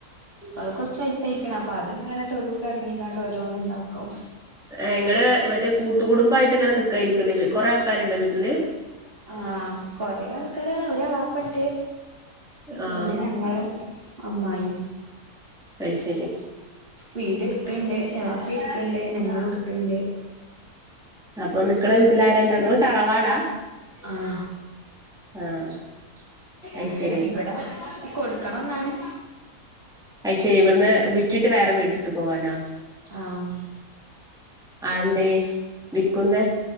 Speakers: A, on the right (about 40°); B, in the centre.
A: അത് കൊർച്ച് വൈസയ്ക്ക്ണ് അപ്പൊ അത്ങ്ങനെ തൊടുക്ക് എർങ്ങിക്കാണ്ട് ഓരോന്ന്ണ്ടാക്കും.
B: ഏ ങ്ങള് മറ്റേ കൂട്ടുകുടുംബായിട്ട് ങ്ങനെ നിക്കാായിരിക്കുംല്ലേ കുറെ ആൾക്കാരുണ്ടോ വീട്ടില്?
A: ആഹ് കൊറേ ആൾക്കാര് റ ഒരാളാപ്പണ്ട്
B: ആഹ്
A: പിന്നെ ഞങ്ങള് അമ്മായിം.
B: അയ്ശരി
A: വീട് എടുക്കണ്ട് എളാപ്പിട്ക്കണ്ട് ഞങ്ങള് എടുക്കണ്ട്.
B: അപ്പൊ നിക്ക്ണ വീട്ടിലാരണ്ട ങ്ങള് തറവാടാ?
A: ആഹ്
B: ആഹ് അത്
A: വിക്കണം
B: ശെരി
A: ഇവിടെ കൊടുക്കണംന്നാണ്.
B: അയ്ശരി ഇവിടുന്ന് വിറ്റിട്ട് വേറെ വീട് ട് ത്ത് പോവാനോ?
A: ആഹ്
B: അഹന്തെ വിക്കുന്നെ?